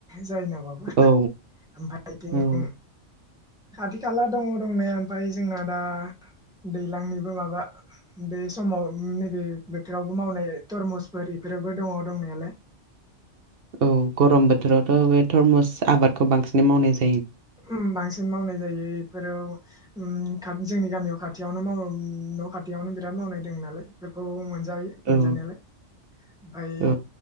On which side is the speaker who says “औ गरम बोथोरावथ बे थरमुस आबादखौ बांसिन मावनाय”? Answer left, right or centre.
Right